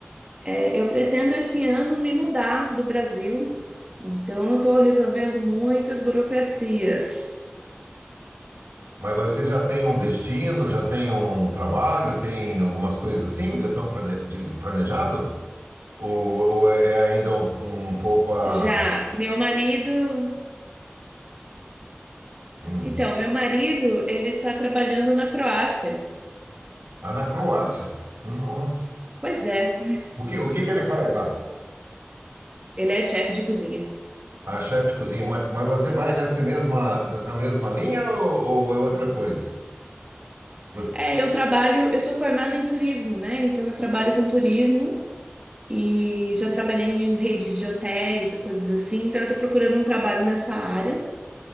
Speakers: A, on the right; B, on the right.
A: é, eu pretendo esse ano me mudar do Brasil, então eu estou resolvendo muitas burocracias.
B: Mas você já tem um destino, já tem um trabalho, tem algumas coisas assim, já estão plane- diz- planejado? Ou, ou é é ainda um, um pouco a,
A: Já meu marido,
B: hum,
A: então, meu marido, ele está trabalhando na Croácia.
B: ah, na Croácia? Nossa.
A: Pois é,
B: O que, o que que ele faz lá?
A: ele é chefe de cozinha.
B: A chefe de cozinha. Mas, mas você vai nessa mesma, nessa mesma linha ou, ou é outra coisa? Você-
A: É, eu trabalho, eu sou formada em turismo, né? Então eu trabalho com turismo e já trabalhei em redes de hotéis, coisas assim. Então eu tô procurando um trabalho nessa área